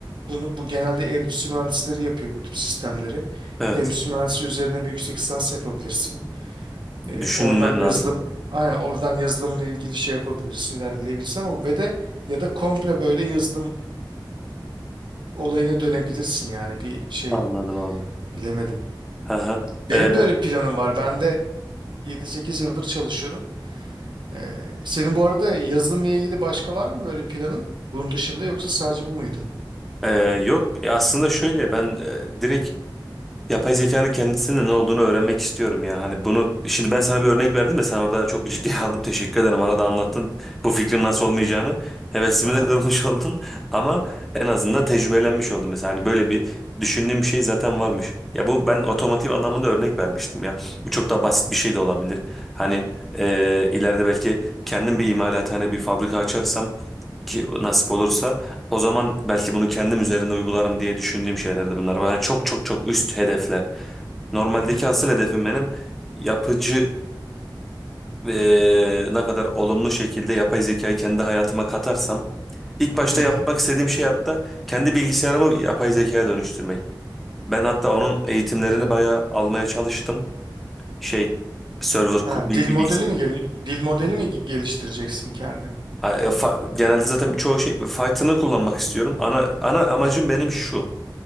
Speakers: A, on the right (about 70°); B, in the centre.
A: bunu bu genelde endüstri mühendisleri yapıyor bu tip sistemleri.
B: evet.
A: Endüstri mühendisi üzerine bir yüksek lisans yapabilirsin. E,
B: Düşünmem
A: oradan yazılım
B: lazım.
A: aynen oradan yazılımla ilgili şey yapabilirsin ilerleyebilirsin ama ve de ya da komple böyle yazılım olayına dönebilirsin yani bir şey
B: Anladım abi.
A: bilemedim.
B: Hı hı.
A: Benim
B: Ee,
A: de öyle bir planım var. Ben de yedi sekiz yıldır çalışıyorum. E, senin bu arada yazılımla ilgili başka var mı böyle planın? Bunun dışında yoksa sadece bu muydu?
B: e, yok e, aslında şöyle ben e, direkt Yapay zekanın kendisinin ne olduğunu öğrenmek istiyorum ya. Hani bunu şimdi ben sana bir örnek verdim de sen orada çok ciddiye <laughs> aldın. Teşekkür ederim. Bana da anlattın bu fikrin nasıl olmayacağını. Hevesimi
A: Aha.
B: de <laughs> kırmış oldun ama en azından tecrübelenmiş oldum. Mesela hani böyle bir düşündüğüm bir şey zaten varmış. Ya bu ben otomotiv anlamında örnek vermiştim ya. Bu çok daha basit bir şey de olabilir. Hani e, ileride belki kendim bir imalathane bir fabrika açarsam ki nasip olursa o zaman belki bunu kendim üzerinde uygularım diye düşündüğüm şeylerdi bunlar. Yani çok çok çok üst hedefler. Normaldeki
A: Hı hı.
B: asıl hedefim benim yapıcı eee, ne kadar olumlu şekilde yapay zekayı kendi hayatıma katarsam ilk başta
A: Hı hı.
B: yapmak istediğim şey hatta kendi bilgisayarımı yapay zekaya dönüştürmek. Ben hatta onun eğitimlerini bayağı almaya çalıştım. Şey server
A: Ha,
B: kur- bir,
A: dil
B: bir
A: modeli
B: bilgis-
A: mi gel- dil modeli mi geliştireceksin kendin?
B: Ha, e, fa- Genelde zaten çoğu şey Python'ı kullanmak istiyorum. Ana ana amacım benim şu.